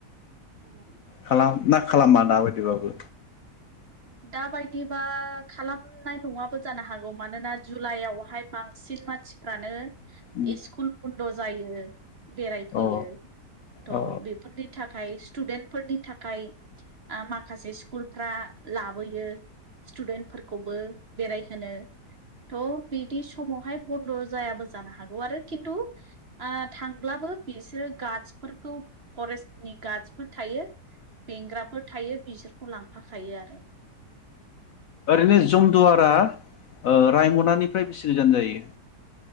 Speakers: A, on the right; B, on the left.
A: उम।
B: खालाम ना खालामा दाबायदिबाबो
A: दाबायदिबा खालामनाय नंङाबो जानो हागौ मानोना जुलाइआवहाय बांसिन मानसिफ्रानो
B: उम
A: स्कुल बन्द' जायो बेरायफैयो
B: अ औ
A: थ'
B: औ
A: बेफोरनि थाखाय थाखाय स्टुडेन्टफोरनि थाखाय माखासे स्कुलफ्रा लाबोयो स्टुडेन्टफोरखौबो बेरायहोनो थ' बिदि समावहाय बन्द' जायाबो जानो हागौ आरो खिन्थु थांब्लाबो बिसोरो गार्डस फोरखौ फरेस्टनि गार्डजफोर थायो बेंग्राफोर थायो बिसोरखौ लांफाखायो आरो
B: ओरैनो जमदुवारा रायमनानिफ्राय बेसे गोजान जायो?